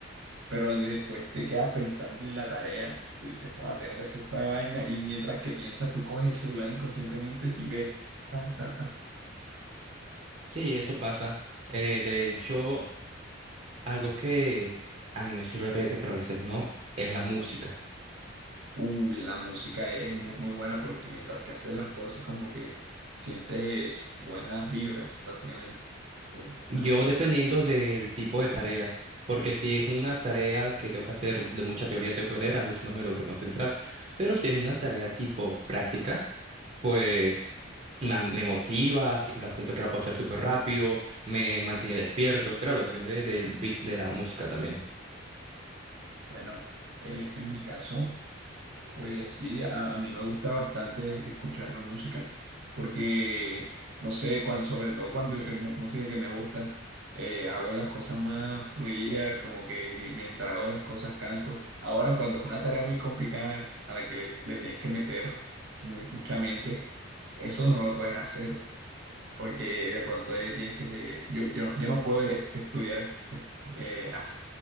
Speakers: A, on the right; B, on the right.
A: Pero después te quedas pensando en la tarea y tú dices, joder, tengo que hacer esta vaina. Y mientras que piensas, tú coges el celular inconscientemente y ves, ta, ta, ta.
B: Sí, eso pasa. Eh, de hecho... Algo que a mí me sirve a veces, pero a veces no, es la música.
A: Uh, la música e-, es mu- muy, buena porque mientras que haces las cosas, como que sientes buenas vibras, básicamente. Eh,
B: Yo
A: la verdad.
B: dependiendo
A: o
B: del tipo de tarea, porque si es una tarea que tengo que hacer de mucha teoría, tengo que leer, a veces no me logro concentrar. Pero si es una tarea tipo práctica, pues ma- me motiva, si- la siento que la puedo hacer súper rápido, me mantiene despierto. Claro, depende del beat de la música también.
A: Bueno, eh, en mi caso. Pues sí, a, a mí me gusta bastante escuchar la música, porque, no sé, cuan- sobre todo cuando es mu- música que me gusta, eh, hago las cosas más fluidas, como que mi- mientras hago las cosas canto. Ahora, cuando es una tarea muy complicada a la que le, le tienes que meter mu- mucha mente, eso no lo puedes hacer, porque de pronto eh, tienes que... eh, yo, yo, no- yo no puedo es- estudiar, es- es- eh, ah,